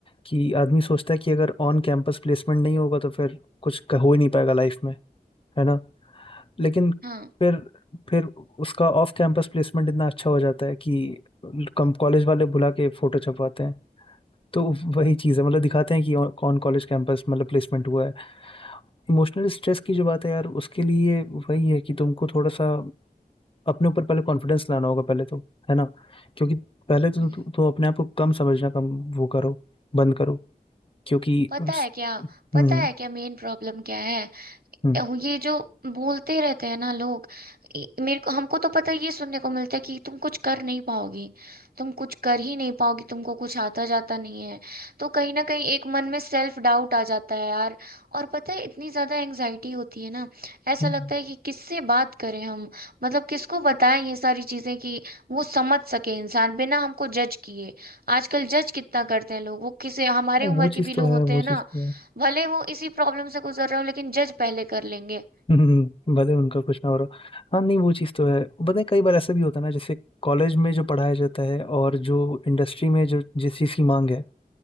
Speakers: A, on the left; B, on the right.
A: कि आदमी सोचता है कि अगर ऑन कैंपस प्लेसमेंट नहीं होगा तो फिर कुछ हो ही नहीं पाएगा लाइफ में है ना लेकिन
B: हाँ
A: फिर फिर उसका ऑफ कैंपस प्लेसमेंट इतना अच्छा हो जाता है कि कम कॉलेज वाले बुला के फोटो छपवाते हैं तो वही चीज़ है मतलब दिखाते हैं कि कौन कॉलेज कैंपस मतलब प्लेसमेंट हुआ है इमोशनल स्ट्रेस की जो बात है यार उसके लिए वही है कि तुमको थोड़ा सा अपने ऊपर पहले कॉन्फिडेंस लाना होगा पहले तो है ना क्योंकि पहले तो
B: हम्म।
A: तु- तुम अपने आप को कम समझना कम वो करो बंद करो क्योंकि
B: पता
A: उस-
B: है क्या पता
A: हम्म
B: है क्या मेन प्रॉब्लम क्या है
A: हम्म
B: ये जो बोलते रहते हैं ना लोग ये- मेरे को हमको तो पता है, ये सुनने को मिलता है कि तुम कुछ कर नहीं पाओगी तुम कुछ कर ही नहीं पाओगी तुमको कुछ आता जाता नहीं है तो कहीं ना कहीं एक मन में सेल्फ डाउट आ जाता है यार और पता है इतनी ज्यादा एंजाइटी होती है ना ऐसा
A: हम्म,
B: लगता है कि किससे बात करें हम मतलब किसको बताएं ये सारी चीजें कि वो समझ सके इंसान बिना हमको जज किए आजकल जज कितना करते हैं लोग वो किसी हमारे
A: वो
B: उम्र
A: चीज़
B: के भी
A: तो
B: लोग
A: है
B: होते
A: वो
B: हैं ना
A: चीज़ तो है
B: भले वो इसी प्रॉब्लम से गुजर रहे हो लेकिन जज पहले कर लेंगे
A: <laughs> हम्म, भले उनका कुछ ना हो रहा हो। हाँ नहीं वो चीज़ तो है पता है कई बार ऐसा भी होता है ना जैसे कॉलेज में जो पढ़ाया जाता है और जो इंडस्ट्री में जो जिस चीज़ की मांग है